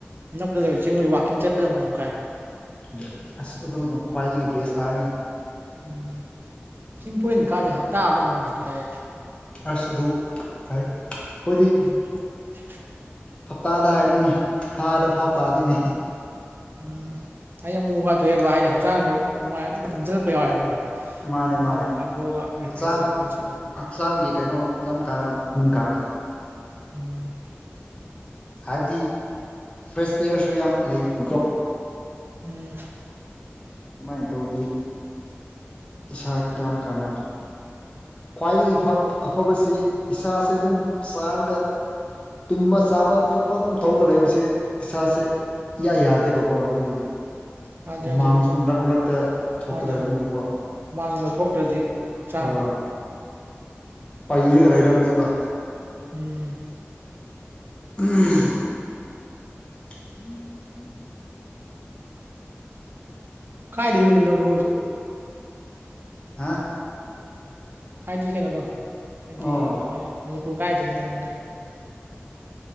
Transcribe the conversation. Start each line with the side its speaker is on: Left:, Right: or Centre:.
Right: ꯑꯅꯛꯄꯗ ꯂꯩꯕ ꯆꯤꯡ ꯂꯩ ꯋꯥꯀꯤꯡ ꯆꯠꯄꯗ ꯑꯃꯨꯃꯨꯛ ꯀꯥꯏ
Left: ꯎꯝ ꯑꯁ ꯑꯗꯨꯅ ꯈ꯭ꯋꯥꯏꯗꯒꯤ ꯕꯦꯁ ꯇꯥꯏꯅꯦ
Right: ꯎꯝ ꯆꯤꯡ ꯇꯣꯏꯅꯗꯤ ꯀꯥꯗꯦ ꯍꯞꯇꯥ ꯑꯃꯗ ꯑꯃꯨꯃꯨꯛꯇꯤ ꯀꯥꯏ
Left: ꯑꯁ ꯑꯗꯨ ꯐꯩ ꯈꯣꯏꯗꯤ
Right: ꯎꯝ <inaudible>
Left: ꯍꯞꯇꯥꯗ ꯍꯥꯏꯔꯨꯅꯦ ꯊꯥꯗ ꯐꯥꯎ ꯀꯥꯗꯦꯅꯦ
Right: ꯎꯝ ꯍꯥꯏꯗꯤ ꯑꯃꯨꯃꯨꯛ ꯋꯥꯊꯣꯛꯑꯦꯕ ꯍꯥꯏꯗꯤ ꯍꯛꯆꯥꯡꯗꯣ ꯅꯨꯡꯉꯥꯏ ꯂꯨꯝꯖꯜꯂꯛꯄ ꯌꯥꯎꯋꯦꯕ ꯈꯪꯕ꯭ꯔꯥ
Left: ꯃꯥꯟꯅꯦ
Right: ꯑꯗꯨꯗꯤ
Left: ꯃꯥꯟꯅꯦ
Right: ꯑꯃꯨꯛ ꯀꯥꯊꯣꯛꯑꯒ
Left: ꯍꯛꯆꯥꯡ
Right: ꯔꯤꯐ꯭ꯔꯦꯁ ꯇꯧꯊꯣꯛꯄ ꯑꯣꯏꯅ ꯆꯠꯂꯦꯕ
Left: ꯍꯛꯆꯥꯡꯒꯤ ꯀꯩꯅꯣ ꯌꯥꯝ ꯀꯥꯟꯅꯕ <unintelligible>
Right: ꯎꯝ
Left: ꯍꯥꯏꯕꯗꯤ ꯐ꯭ꯔꯦꯁ ꯏꯌꯥꯔꯁꯨ ꯌꯥꯝ ꯂꯩꯕꯅꯀꯣ
Right: ꯎꯝ
Left: ꯑꯗꯨꯃꯥꯏꯅ ꯇꯧꯒꯤ <unintelligible> ꯌꯥꯝ ꯀꯥꯟꯅꯕꯅꯤ ꯈ꯭ꯋꯥꯏꯗꯒꯤ ꯐ ꯑꯐꯕꯁꯤ ꯏꯁꯥꯁꯦ ꯑꯗꯨꯝ ꯆꯥꯔꯒ ꯇꯨꯝꯕ ꯆꯥꯕ ꯈꯣꯠꯄ ꯑꯗꯨꯝ ꯇꯧꯔꯒ ꯂꯩꯕꯁꯦ ꯏꯁꯥꯁꯦ ꯏꯌꯥ ꯌꯥꯗꯦꯕ ꯀꯣ ꯑꯗꯨꯒꯤ꯫
Right: ꯌꯥꯗꯦ
Left: ꯍꯨꯃꯥꯡꯁꯨ
Right: ꯌꯥꯗꯦ
Left: ꯃꯔꯛ ꯃꯔꯛꯇ ꯊꯣꯛꯀꯗꯕꯅꯦꯕꯀꯣ
Right: ꯃꯥꯅꯦ ꯃꯥꯡ ꯂꯧꯊꯣꯛꯇ꯭ꯔꯗꯤ ꯍꯛꯆꯥꯡꯗꯣ
Left: ꯑꯥ꯫ ꯄꯩꯔꯒ ꯂꯩꯔꯝꯅꯦꯕ꯫
Right: ꯎꯝ꯫
Left: ꯎꯪ꯫ <unintelligible>
Right: ꯀꯥꯏꯗꯩ ꯑꯣꯏꯗꯣꯏꯅꯣ ꯕꯔꯣꯁꯦ꯫
Left: ꯍꯥ꯫
Right: ꯍꯥꯏꯗꯤ ꯀꯩꯅꯗꯣ꯫ ꯑꯗꯤ
Left: ꯑꯣ
Right: ꯀꯃꯥꯏ ꯃꯅꯤ ꯄꯨꯨꯔ ꯀꯥꯏꯗꯩꯅꯣ ꯍꯥꯏꯕꯅꯤꯗ꯫